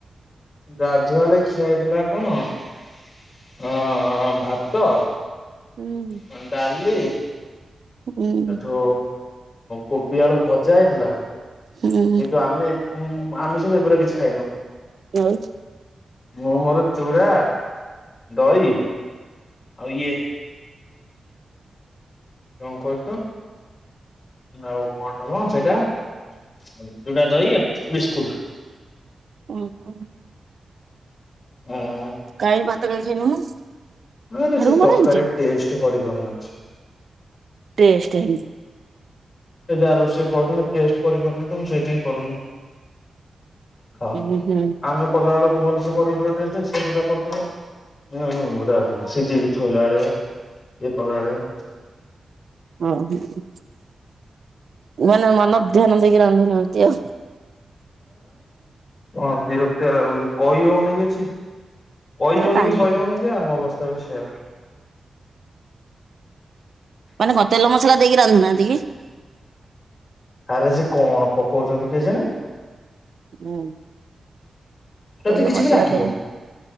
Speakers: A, on the left; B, on the right.
A: ଗାଧୁଆଳେ ଖିଆ ହେଇଥିଲା କଣ ହଁ ହଁ ଭାତ
B: ହୁଁ।
A: ହଁ ଡାଲି
B: ହୁଁ
A: ଏଠୁ କୋବି ଆଳୁ ଭଜା ହେଇଥିଲା
B: ହୁଁ
A: କିନ୍ତୁ ଆମେ ଉୁଁ ଆମେ ସବୁ ଏଗୁୁରା କିଛି ଖାଇନୁ।
B: ଆଉ?
A: ମୁଁ ମୋର ଚୁଡା ଦହି ଆଉ ଇଏ କଣ କରୁ ତ ଆଉ କଣ? ମ ସେଇଟା ଯୋଟା ଦହି ବିସ୍କୁଟ
B: ଉ ହୁଁ।
A: ହୁଁ।
B: କାଇ ଭାତ <unintelligible>
A: ଆରେ ସେ ତରକାରୀ
B: ନା ହେଇଛି।
A: ଟେଷ୍ଟ କରିପାରୁନି କିଛି।
B: ଟେଷ୍ଟେ ହେ
A: ସେ ଯାହା ରୋଷେଇ କରୁ ଟେଷ୍ଟ କରିପାରୁନି ତ ମୁଁ ସେଇଥିପାଇଁ କରୁନି। ହଁ
B: ହୁଁ ହୁଁ
A: ଆମେ କଲାବେଳକୁ ଭଲସେ କର ସେଟା କରଥା ହ ସିଜିକି ଥୋଇଲା ଭଳିଆ ଇଏ କଲା ଭଳିଆ
B: ଓ ହୋ ମାନେ ମନ ଧ୍ୟାନ ଦେଇକି ରାନ୍ଧୁନାହାନ୍ତି ଆଉ।
A: ଆ ବିରକ୍ତିଆ ଲାଗୁଛି କହି ହଉନି କିଛି। କହିହଉନି
B: ଏ କାଇଁ
A: କି ଶହିହଉନି
B: କହୁଛୁ
A: ଯେ ଆମ ଅବସ୍ଥା ବି ସେୟା।
B: ମାନେ କଣ ତେଲ ମସଲା ଦେଇକି ରାନ୍ଧୁନାହାନ୍ତି କି?
A: ଆରେ ସେ କଣ ପକଉଛନ୍ତି କେଜାଣି?
B: ହୁଁ।
A: ତତେ
B: ତେଲ
A: କିଛି
B: ମସଲା
A: ବି ଲାଗିବନି।
B: <unintelligible>